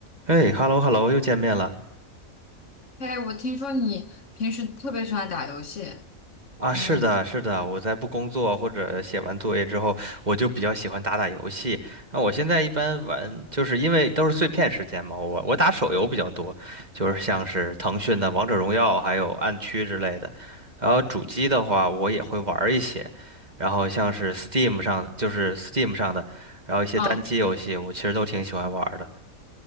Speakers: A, on the right; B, on the left.
A: 哎，hello hello，又见面了
B: 哎，我听说你平时特别喜欢打游戏，
A: 啊！
B: 你
A: 是的，是的，我在不工作或者写完作业之后，我就比较喜欢打打游戏。那我现在一般玩，就是因为都是碎片时间嘛，我我打手游比较多，就是像是腾讯的《王者荣耀》还有《暗区》之类的。然后主机的话，我也会玩儿一些，然后像是 Steam 上，就是 Steam 上的，然后一些单机游戏，
B: 啊
A: 我其实都挺喜欢玩儿的